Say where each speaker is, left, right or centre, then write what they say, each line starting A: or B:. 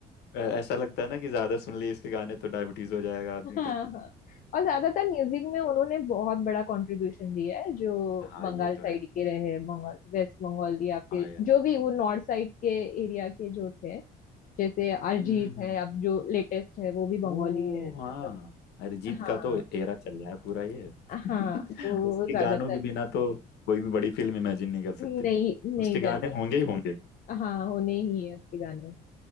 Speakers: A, on the left; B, on the left.
A: अ, ऐसा लगता है ना कि ज्यादा सुन लिए इसके गाने तो डायबिटीज हो जाएगा आदमी
B: हाँ
A: का
B: हाँ और ज्यादातर म्यूजिक में उन्होंने बहुत बड़ा कंट्रीब्यूशन दिया है जो
A: हाँ
B: बंगाल
A: ये तो
B: साइड
A: है
B: के रहे बंगाल वेस्ट बंगाल या फिर
A: हाँ यार
B: जो भी वो नॉर्थ साइड के एरिया के जो थे जैसे अरिजीत
A: हम्म हम्म हम्म।
B: है अब जो लेटेस्ट है वो भी
A: ओ
B: बंगाली है
A: हाँ
B: मतलब
A: अरिजीत
B: हाँ
A: का तो एरा चल रहा है पूरा ये
B: हाँ
A: <laughs>
B: तो
A: उसके
B: वो ज्यादातर
A: गानों के बिना तो कोई भी बड़ी फिल्म इमेजिन नहीं कर
B: नहीं
A: सकते
B: नहीं
A: उसके गाने
B: कर सकता
A: होंगे ही होंगे
B: हाँ होने ही है उसके गाने